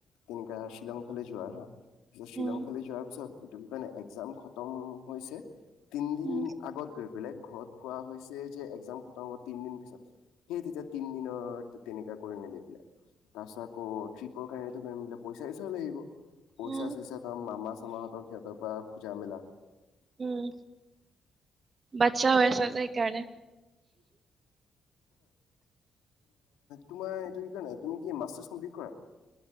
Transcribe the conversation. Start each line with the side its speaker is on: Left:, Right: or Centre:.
Left: তেনেকোৱা শ্বিলংফালে যোৱাৰ হা, তাৰ পিছত শ্বিলংফালে
Right: উম
Left: যোৱাৰ পিছত তুমি কোৱা নাই এক্সজাম খতম হৈছে, তিন দিন
Right: উম
Left: আগত গৈ পেলাই ঘৰত কোৱা হৈছে, যে এক্সজাম খটম হব তিন পিছত। সেই তেতিয়া তিন তেনে কৰি প ত <unintelligible> ট্ৰিপৰ কাৰণটো কৰিম বলে পইচা চইচ ও লাগিব, পইচা
Right: উম
Left: চইচা ত মামা চামাহঁতক সিহতৰ পৰা খুজা মেলা,
Right: উম, বাচ্ছা হৈ আছা যে এইকাৰণে।
Left: তোমাৰ এই কিুমি কি্ কৰা <unintelligible>